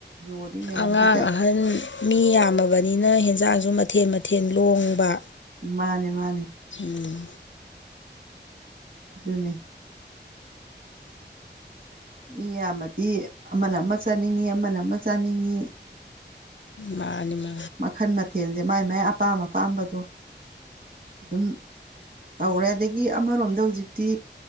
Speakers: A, on the right (about 55°); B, on the left (about 85°).
A: ꯌꯣꯜꯂꯤ ꯃꯌꯥꯝꯁꯤꯗ
B: ꯑꯉꯥꯡ ꯑꯍꯟ ꯃꯤ ꯌꯥꯝꯃꯕꯅꯤꯅ ꯍꯦꯟꯖꯥꯡꯁꯨ ꯁꯨ ꯃꯊꯦꯜ ꯃꯊꯦꯜ ꯂꯣꯡꯕ
A: ꯃꯥꯅꯦ ꯃꯥꯅꯦ
B: ꯎꯝ
A: ꯑꯗꯨꯗꯅꯤꯦ ꯃꯤ ꯌꯥꯝꯃꯗꯤ ꯑꯃꯅ ꯑꯃ ꯆꯥꯅꯤꯡꯉꯤ ꯑꯃꯅ ꯑꯃ ꯆꯥꯅꯤꯡꯉꯤ
B: ꯃꯥꯅꯤ ꯃꯥ
A: ꯃꯈꯟ ꯃꯊꯦꯜꯁꯦ ꯃꯥꯏ ꯃꯥꯏ ꯑꯄꯥꯝ ꯑꯄꯥꯝꯕꯗꯣ ꯑꯗꯨꯝ ꯇꯧꯔꯦ ꯑꯗꯒꯤ ꯑꯃꯔꯣꯝꯗ ꯍꯧꯖꯤꯛꯇꯤ